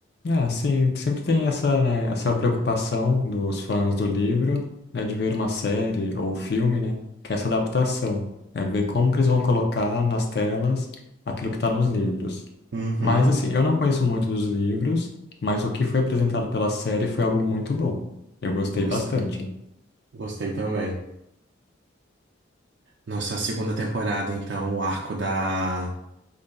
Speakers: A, on the left; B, on the right.
A: É, sim, sempre tem essa, né, essa preocupação dos fãs do livro, né, de ver uma série ou filme, né, que é essa adaptação. É ver como que eles vão colocar nas telas aquilo que está nos livros.
B: Uhum,
A: Mas assim, eu não conheço muito dos livros, mas o que foi apresentado pela série foi algo muito bom. Eu gostei
B: gost-
A: bastante.
B: gostei também. Nossa, a segunda temporada, então, o arco da,